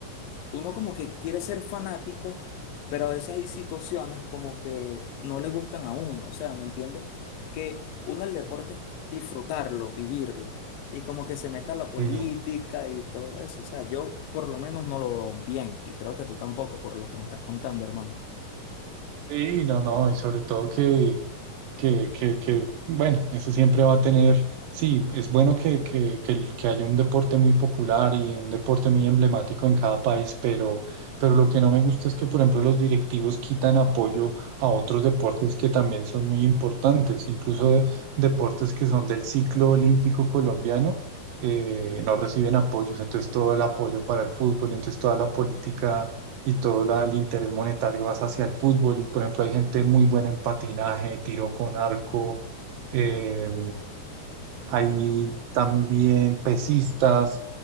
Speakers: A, on the left; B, on the right.
A: uno como que quiere ser fanático, pero a veces hay situaciones como que no le gustan a uno, o sea, ¿me entiendes? Que uno el deporte es disfrutarlo, vivirlo, y como que se meta la política
B: sí,
A: y todo eso, o sea, yo por lo menos no lo veo bien, y creo que tú tampoco, por lo que me estás contando, hermano.
B: sí, no, no, y sobre todo que que, que, que, bueno, eso siempre va a tener, sí, es bueno que, que, que, el- que haya un deporte muy popular y un deporte muy emblemático en cada país, pero, pero lo que no me gusta es que, por ejemplo, los directivos quitan apoyo a otros deportes que también son muy importantes, incluso de- deportes que son del ciclo olímpico colombiano. eh, no reciben apoyos, entonces todo el apoyo para el fútbol, entonces toda la política y todo la- el interés monetario vas hacia el fútbol. Y por ejemplo, hay gente muy buena en patinaje, tiro con arco, eh, hay también pesistas,